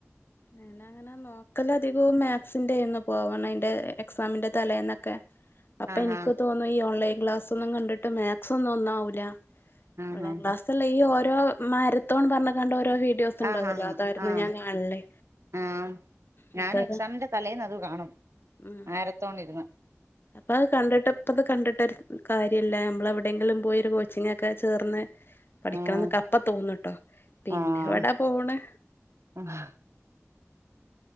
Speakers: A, on the left (about 50°); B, on the right (about 70°).
A: ഞാനങ്ങനെന്നൊ നോക്കല് അധികും മാത്സിന്റെ ഒന്ന് പോവണം അയ്ന്റെ എക്സാമിന്റെ തലേന്നൊക്കെ അപ്പ
B: ആഹ്
A: എൻക്ക് തോന്നു ഈ ഓൺലൈൻ ക്ലാസ് ഒന്നും കണ്ടിട്ട് മാത്സ് ഒന്നും ഒന്നാവൂല
B: ആഹ്
A: ഓൺലൈൻ
B: ആഹ്
A: ക്ലാസ് സ്സ്ള്ള ഈ ഓരോ മരത്തോൺ പറഞ് കാണ്ട് ഓരോ വീഡിയോസ് ണ്ടാവല്ലോ
B: ആഹ് ആഹ്
A: അതായിരുന്നു
B: ആഹ്
A: ഞാൻ കാണല്
B: ആഹ്
A: എനിക്കത്
B: ഞാനും എക്സാമിന്റെ തലേന്ന് അത് കാണും
A: ഉം
B: മാരത്തോണിര്ന്ന്
A: അപ്പൊ അത് കണ്ടിട്ട ഇപ്പത് കണ്ടിട്ടരു കാര്യല്ല നമ്മള എവിടെങ്കിലും പോയി ഒരു കോച്ചിങ്ങൊക്കെ ചേർന്ന് പഠിക്കണംന്നൊക്കെ
B: ഉം
A: അപ്പ തോന്നുട്ടോ പിന്നെ
B: ആഹ്
A: എവിടാ പോണ്
B: <unintelligible>